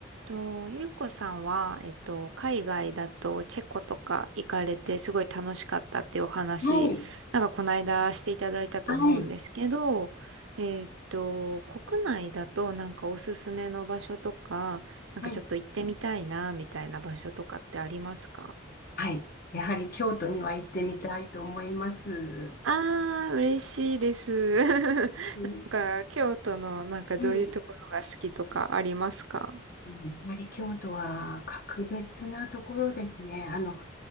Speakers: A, on the right (about 70°); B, on the left (about 45°).
A: と、ゆうこさんは、えっと、海外だとチェコとか行かれてすごい楽しかったっていうお話、
B: はい、
A: なんかこの間していただいたと思うんですけど、
B: はい、
A: えっと、国内だとなんかおすすめの場所とか、なんかちょっと行ってみたいな、
B: はい、
A: みたいな場所とかってありますか
B: はい。やはり京都には行ってみたいと思います。
A: あー、嬉しいです。<laughs> なん
B: うん、
A: か、京都のなんかどういうところが好きとかありますか
B: はい。うんやはり京都は格別なところですね。あの、